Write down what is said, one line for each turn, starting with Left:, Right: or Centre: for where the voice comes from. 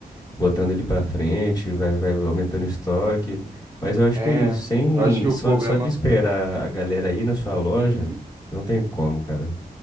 Left: botando ele pra frente, vai, vai aumentando o estoque. Mas eu acho
Right: É,
Left: que é isso. Sem,
Right: eu acho que o
Left: só,
Right: problema...
Left: só de esperar a galera ir na sua loja,
Right: Uhum.
Left: não tem como, cara.